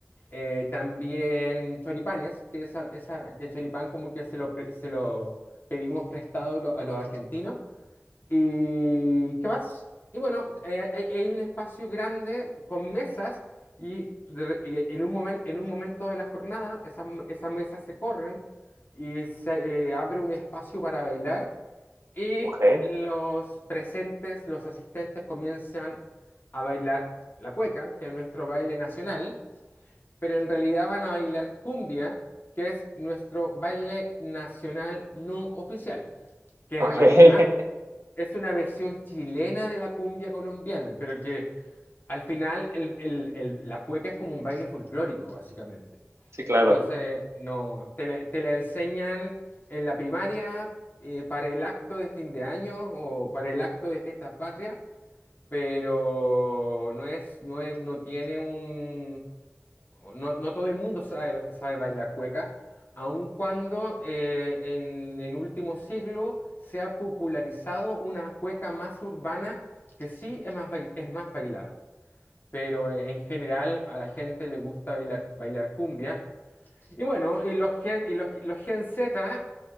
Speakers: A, on the left; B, on the right.
A: Eh, también choripanes, que, esa, esa, que el choripán como que se lo, pre- se lo pedimos prestado lo- a los argentinos. ¿Y qué más? Y bueno, eh, hay, hay un espacio grande con mesas y, de re- y en un momen- en un momento de la jornada esas, esas mesas se corren y se eh, abre un espacio para bailar y
B: Ok.
A: los presentes, los asistentes comienzan a bailar la cueca, que es nuestro baile nacional, pero en realidad van a bailar cumbia, que es nuestro baile nacional no oficial, que
B: Ok.
A: en realidad
B: <laughs>
A: es una versión chilena de la cumbia colombiana, pero que al final, el- el- el- la cueca es como un baile folclórico, básicamente.
B: Sí, claro,
A: Entonces, no, te, la te la enseñan en la primaria eh, para el acto de fin de año o para el acto de fiestas patrias, pero no es, no es- no tiene un, no, no todo el mundo sabe, sabe bailar cueca, aun cuando eh, en, en último siglo se ha popularizado una cueca más urbana que sí es más, bail- es más bailada pero eh, en general a la gente le gusta bailar, bailar cumbia. Y bueno, y los gen, y los, los gen Z